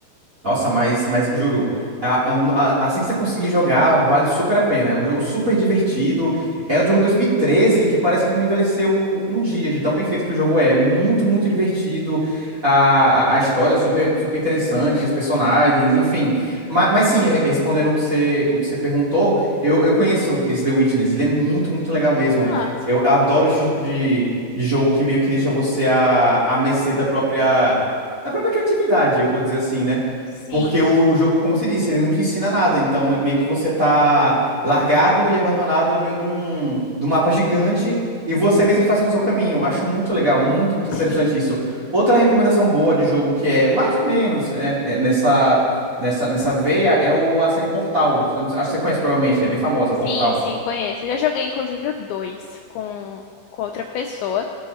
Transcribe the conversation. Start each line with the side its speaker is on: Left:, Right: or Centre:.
Right: Nossa, mas, mas juro, a- a- a- assim que você conseguir jogar, vale super a pena. É um jogo super divertido. É um jogo de 2013 que parece que não envelheceu um dia, de tão bem feito que o jogo é. Muito, muito divertido. A, a, a história é super, super interessante,
Left: Uhum.
Right: os personagens, enfim. Mas, mas sim, re- respondendo o que você, o que você perguntou, eu, eu conheço esse The Witness. Ele é muito, muito legal mesmo.
Left: Ah, sim.
Right: Eu adoro esse tipo de, de jogo que meio que deixa você à, à mercê da própria, da própria criatividade, eu vou dizer assim, né?
Left: Sim.
Right: Porque o, o jogo, como você disse, ele não te ensina nada. Então, é meio que você tá largado e abandonado no meio de um, de um mapa gigante e você
Left: Uhum.
Right: mesmo faz o seu caminho. Acho muito legal, muito, muito interessante
Left: Sim.
Right: isso. Outra recomendação boa de jogo que é mais ou menos né, é nessa, nessa, nessa veia é o, a série Portal. Eu não- Acho que você conhece provavelmente, né? É bem famosa,
Left: Sim,
Right: Portal.
Left: sim, conheço. Eu já joguei, inclusive, o 2 com, com outra pessoa.